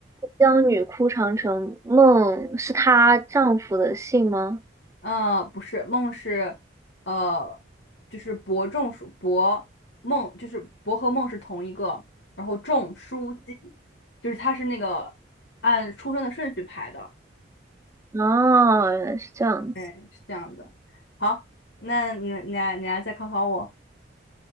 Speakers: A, on the right (about 15°); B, on the left (about 70°).
A: 姜女哭长城，孟是她丈夫的姓吗？
B: 嗯，呃不是，梦是，呃，就是伯仲叔伯梦，就是伯和梦是同一个，然后仲叔姬，就是他是那个按出生的顺序排的，
A: 哦，原来是这样子。
B: 对，是这样子。好，那你你来你来再考考我。